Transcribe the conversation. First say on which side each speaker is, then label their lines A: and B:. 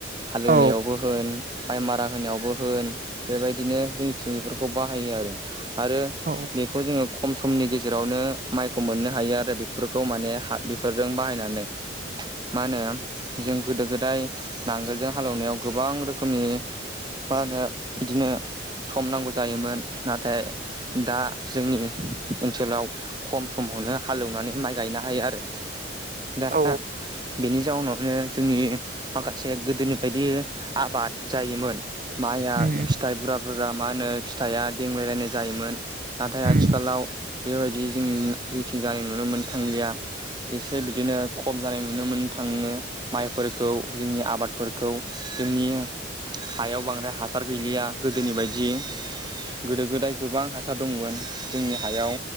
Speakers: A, on the right; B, on the right.
A: हालेवनायावबो
B: औ
A: होन माइ मारा होनायावबो होन बेबायदिनो जोंनिथिं बेफोरखौ बाहायो आरो आरो
B: औ
A: बेखौ जोङो खम समनि गेजेरावनो माइखौ मोननो हायो आरो बेफोरखौ माने हा बेफोरजों बाहायनानै मा होनो जों गोदो-गोदाय नांगोलजों हालेवनायाव गोबां रोखोमनि मा होनो बिदिनो सम नांगौ जायोमोन। नाथाय दा जोंनि ओनसोलाव खम समावनो हालेवनानै माइ गायनो हायो आरो। दा
B: औ
A: बेनि जाउनावनो जोंनि माखासे गोदोनि बायदि आबाद जायोमोन माइया
B: उम
A: फिथाइ बुरा बुरजा मा होनो फिथाइआ देमग्लायलायनाय जायोमोन। नाथाय आथिखालाव
B: उम
A: बेबायदि जों जिटिं जानाय नुनो मोन थांलिया। एसे बिदिनो खम जानाय नुनो मोन थाङो माइफोरखौ जोंनि आबादफोरखौ जोंनि हायाव बांद्राय हासार गैलिया गोदोनि बायदि गोदो-गोदाय गोबां हासार दंमोन जोंनि हायाव।